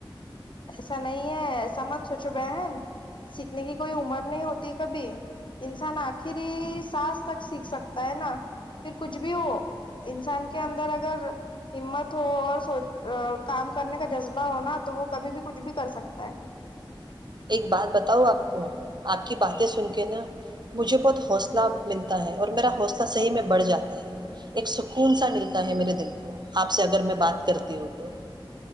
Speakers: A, on the left; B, on the right.
A: ایسا نہیں ہے ایسا مت سوچو بہن سیکھنے کی کوئی عمر نہیں ہوتی کبھی انسان آخر سس تک سیکھ سکتا ہے نا پھر کچھ بھی ہو انسان کے اندر اگر ہمت ہو اور سو کام کرنے کا جذبہ ہوناا تو وہ کبھی بھی کچھ بھی کر سکتا ہے
B: ایک بات بتاؤ آپ کو آپ کی باتیں سن کے نا مجھے بہت حوصلہ ملتا ہے اور میرا حوصلہ صحیح میں بڑھ جاتا ہے ایک سکون سا ملتا ہے میرے دل کو آپ سے اگر میں بات کرتی ہوں تو